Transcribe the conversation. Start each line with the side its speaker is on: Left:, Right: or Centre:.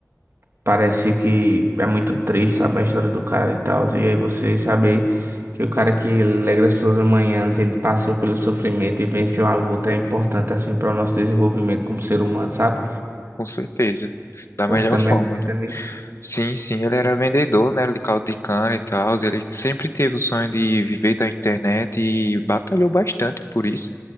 Right: parece que é muito triste, sabe? A história do cara e tal. E aí você saber que o cara que alegra suas manhãs, ele passou pelo sofrimento e venceu a luta é importante, assim, para o nosso desenvolvimento como ser humano, sabe?
Left: Com certeza. Da
Right: Você
Left: melhor
Right: também
Left: forma,
Right: acredita
Left: né?
Right: nisso?
Left: Sim, sim, ele era vendedor, né? De caldo de cana e tal. Ele sempre teve o sonho de viver da internet e batalhou bastante por isso.